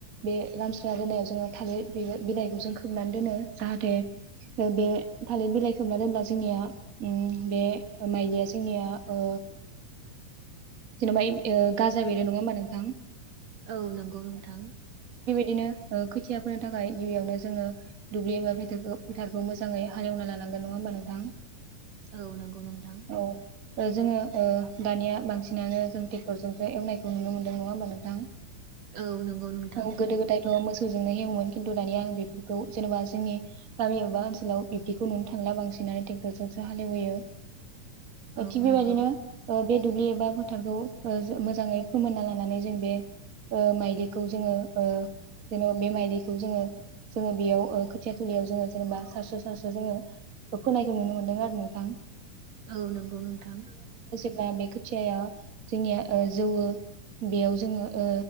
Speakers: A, on the right; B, on the right.
A: बे लामस्रोना दोननायाव जोङो थालिर बि-बिलाइखौ जों खोबनानै दोनो जाहाथे उम बे थालिर बिलाइ खोमना दोनब्ला जोंनिया उम बे माइलिया जोंनिया ओ जेनेबा ए गाजा बेरो नङा होमबा नोंथां?
B: औ नंगौ नोंथां
A: दिनो ओ खोथिया फोनो थाखाय गिबियावनो जोङो दुब्लि एबा फोथारखौ फोथारखौ मोजाङै हालेव लानांगोन नङा होमबा नोंथां?
B: औ नंगौ नोंथां
A: औ ओ जोङो ओ दानिया बांसिनानो जों ट्रेक्टरजोंसो एवनायखौ नुनो मोन्दों नङा होमबा नोंथां?
B: औ नंगौ नोंथां
A: औ गोदो गोदायथ' मोसौजोंनो एवोमोन खिन्थु दानिया आं बेफोरखौ जेनेबा जोंनि गामि बा ओनसोलाव बिखौ नुनो थांला बांसिनानो ट्रेक्टरजोंसो हालेव होयो
B: औ
A: थिग
B: नंगौ
A: बेबायदिनो ओ बे दुब्लि एबा फोथारखौ ओ जो मोजाङै फोमोनना लानानै जों बे ओ माइलिखौ जोङो ओ जेनेबा बे माइलिखौ जोङो जोङो बेयाव ओ खोथिया थिलियाव जोङो जेनेबा सारस्रो सारस्रो जोङो ओ फोनायखौ नुनो मोन्दों आरो नोंथां।
B: औ नंगौ नोंथां।
A: ब्ला बे खोथियाया जोंनिया ओ जौवो बेयाव जोङो ओ